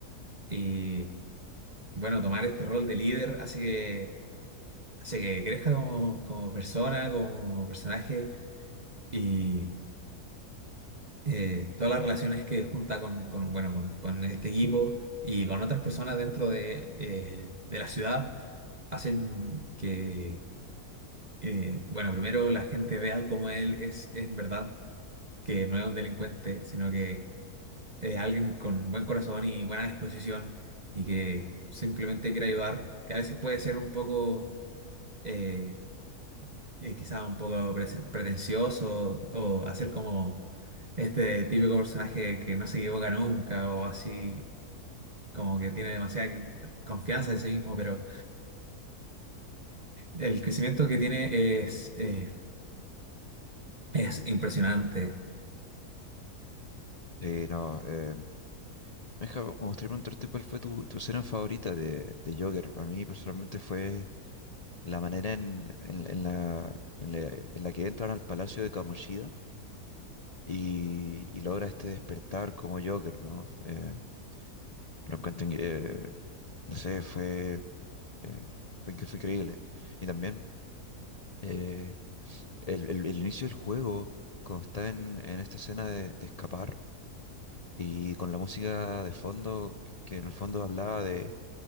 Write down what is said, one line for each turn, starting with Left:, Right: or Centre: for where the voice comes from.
Right: Y bueno, tomar este rol de líder hace que, hace que crezca como, como persona, como personaje y eh, todas las relaciones que junta con, con, bueno, con, con este equipo y con otras personas dentro de, eh, de la ciudad hacen que, eh, bueno, primero la gente vea cómo él es en verdad, que no es un delincuente, sino que es alguien con buen corazón y buena disposición y que simplemente quiere ayudar, que a veces puede ser un poco... eh, eh, quizá un poco presen- pretencioso o hacer como este típico personaje que no se equivoca nunca o así como que tiene demasiada confianza en sí mismo, pero el crecimiento que tiene es, eh, es impresionante.
Left: Sí, no, eh, Meja, me gustaría preguntarte cuál fue tu, tu escena favorita de, de Joker. A mí personalmente fue la manera en, en- en la, en, la, en la que entran al palacio de Kamoshida y, y logra este despertar como Joker, ¿no? Eh, lo encuentro, in- eh, no sé, fue, eh, fue, que fue increíble. Y también eh, el, el- el inicio del juego, cuando está en, en esta escena de, de escapar y con la música de fondo, que que en el fondo hablaba de